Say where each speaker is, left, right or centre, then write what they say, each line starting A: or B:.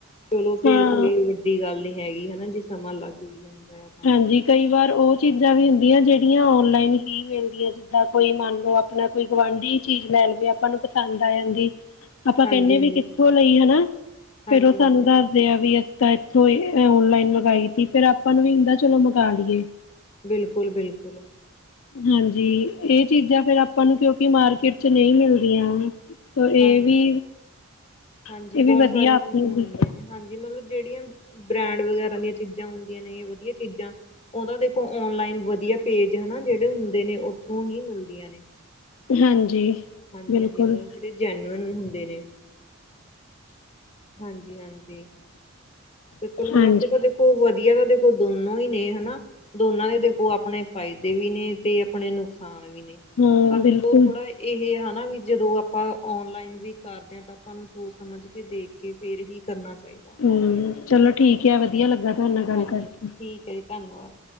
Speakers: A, on the left (about 30°); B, on the left (about 70°).
A: ਚਲੋ ਫੇਰ
B: ਹਾਂ
A: ਕੋਈ ਵੱਡੀ ਗੱਲ ਨਹੀਂ ਹੈਗੀ ਹਨਾ ਜੇ ਸਮਾਂ ਲੱਗ ਵੀ ਜਾਂਦਾ ਆ।
B: ਹਾਂਜੀ ਕਈ ਵਾਰ ਉਹ ਚੀਜ਼ਾਂ ਵੀ ਹੁੰਦੀਆਂ ਜਿਹੜੀਆਂ ਔਨ-ਲਾਈਨ ਹੀ ਮਿਲਦੀਆਂ ਜਿੱਦਾਂ ਕੋਈ ਮੰਨ ਲਓ ਆਪਾ ਆਪਣਾ ਕੋਈ ਗੁਆਂਢੀ ਚੀਜ਼ ਲੈ ਗਿਆ ਆਪਾਂ ਨੂੰ ਪਸੰਦ ਆ ਜਾਂਦੀ।
A: <inaudible>
B: ਆਪਾਂ ਕਹਿਨੇ ਵੀ
A: ਹਾਂਜੀ
B: ਕਿੱਥੋਂ ਲਈ ਹਨਾ
A: ਹਾਂਜੀ
B: ਫੇਰ ਉਹ ਸਾਨੂੰ
A: ਹਾਂਜੀ
B: ਦੱਸ ਦੇ ਆ ਵੀ ਅਸੀਂ ਤਾਂ ਇੱਥੋਂ ਓਨ-ਲਾਈਨ ਮੰਗਈ ਸੀ ਫੇਰ ਆਪਾਂ ਨੂੰ ਵੀ ਹੁੰਦਾ ਚਲੋ ਮੰਗਾ ਲਈਏ।
A: ਬਿਲਕੁਲ- ਬਿਲਕੁਲ
B: ਹਾਂਜੀ, ਇਹ ਚੀਜ਼ਾਂ ਫਿਰ ਆਪਾਂ ਨੂੰ ਕਿਉਂਕਿ ਮਾਰਕੀਟ 'ਚ'ਨਹੀਂ ਮਿਲਦੀਆਂ। ਤੇ
A: ਹਾਂਜੀ
B: ਇਹ ਵੀ।
A: ਹਾਂਜੀ,
B: ਇਹ ਵੀ
A: ਬਹੁਤ
B: ਵਧੀਆ
A: ਸਾਰੀਆਂ
B: ਆਪਣੇ
A: ਚੀਜ਼ਾਂ
B: ਲਈ
A: ਹੁੰਦੀਆਂ ਨੇ ਹਾਂਜੀ ਮਤਲਬ ਜਿਹੜੀਆਂ ਬ੍ਰੈਂਡ ਵਗੈਰਾ ਦੀਆਂ ਚੀਜ਼ਾਂ ਹੁੰਦੀਆਂ ਨੇ ਵਧੀਆ ਚੀਜ਼ਾਂ ਉਹ ਤਾ ਦੇਖੋ ਔਨਲਾਈਨ ਵਧੀਆ ਪੇਜ ਹਨਾ ਜਿਹੜੇ ਹੁੰਦੇ ਨੇ ਹਨਾ ਉੱਥੋਂ ਹੀ ਮਿਲਦੀਆਂ ਨੇ।
B: ਹਾਂਜੀ।
A: ਹਾਂਜੀ-
B: ਬਿਲਕੁਲ
A: ਹਾਂਜੀ ਮਤਲਬ ਜਿਹੜੇ ਜੈਨੂਅਨ ਹੁੰਦੇ ਨੇ। ਹਾਂਜੀ- ਹਾਂਜੀ, ਤੇ ਚਲੋ
B: ਹਾਂਜੀ
A: ਵੈਸੇ ਤਾਂ ਦੇਖੋ। ਊ ਵਧੀਆ, ਦੇਖ ਦੋਨੋਂ ਨੇ ਹਨਾ। ਦੋਨਾਂ ਦੇ ਦੇਖੋ ਆਪਣੇ ਫਾਇਦੇ ਵੀ ਨੇ, ਤੇ ਆਪਣੇ ਨੁਕਸਾਨ ਵੀ ਨੇ,
B: ਹਾਂ
A: ਪਰ ਚਲੋ
B: ਬਿਲਕੁਲ
A: ਥੋੜਾ ਇਹ ਹਨਾ ਵੀ ਜਦੋਂ ਆਪਾਂ ਔਨ-ਲਾਈਨ ਵੀ ਕਰਦੇ ਹਾਂ, ਤਾਂ ਆਪਾਂ ਨੂੰ ਸੋਚ ਸਮਝ ਕੇ ਦੇਖ ਕੇ ਫੇਰ ਹੀ ਕਰਨਾ ਚਾਹੀਦਾ।
B: ਹਮ, ਚਲੋ ਠੀਕ ਐ ਵਧੀਆ ਲੱਗਾ, ਤੁਹਾਡੇ ਨਾਲ ਗੱਲ
A: ਹਾਂਜੀ
B: ਕਰਕੇ।
A: ਠੀਕ ਹੈ ਜੀ ਧੰਨਵਾਦ।